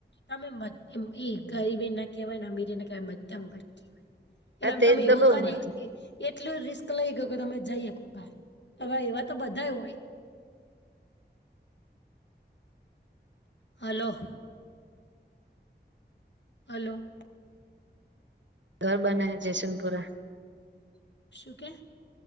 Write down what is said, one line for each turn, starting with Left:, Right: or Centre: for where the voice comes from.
Left: અમે મધ્યમ ઈ ગરીબ એ ના કહેવાય ને અમીર એ ના કેહેવાય મધ્યમ વર્ગી એટલે
Right: આ
Left: આમ
Right: તેજ
Left: તમે
Right: તો
Left: એવું
Right: કઉ
Left: કરી
Right: મન
Left: એટલું રિસ્ક લઈ ગયું કે તમે જઈ શકો ભાઈ હવે એવા તો બધા હોય
Right: આ છે
Left: હલોો હલોો
Right: ઘર બના હ જયસનપુરા
Left: શું કે